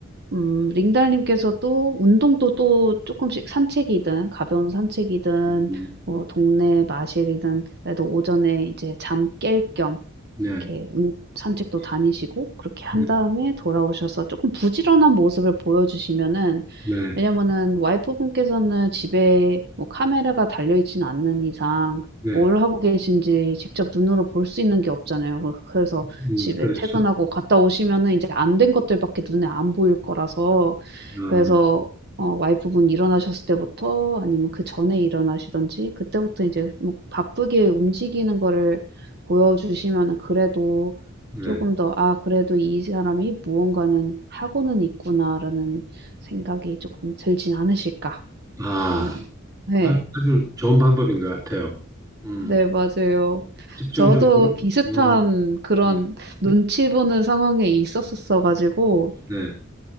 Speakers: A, on the right; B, on the right.
A: 음 링달님께서 또 운동도 또 조금씩 산책이든 가벼운 산책이든
B: 음.
A: 뭐 동네 마실이든 그래도 오전에 이제 잠깰겸
B: 네.
A: 이렇게 운 산책도 다니시고 그렇게 한
B: 네,
A: 다음에 돌아오셔서 조금 부지런한 모습을 보여주시면은
B: 네,
A: 왜냐면은 와이프분께서는 집에 뭐 카메라가 달려있지는 않는 이상
B: 네,
A: 뭘 하고 계신지 직접 눈으로 볼 수 있는 게 없잖아요. 그 그래서
B: 음,
A: 집에
B: 그렇죠.
A: 퇴근하고 갔다 오시면은 이제 안 된 것들밖에 눈에 안 보일 거라서
B: 어,
A: 그래서 어 와이프분 일어나셨을 때부터 아니면 그전에 일어나시든지 그때부터 이제 뭐 바쁘게 움직이는 거를 보여주시면 그래도
B: 네.
A: 조금 더 '아 그래도 이 사람이 무언가는 하고는 있구나.'라는 생각이 조금 들진 않으실까.
B: 아,
A: 그러면 네.
B: 아, 아주 좋은 방법인 것 같아요. 음,
A: 네 맞아요.
B: 집중적으로,
A: 저도 비슷한
B: 어,
A: 그런
B: 네,
A: 눈치 보는 상황에 있었었어 가지고
B: 네,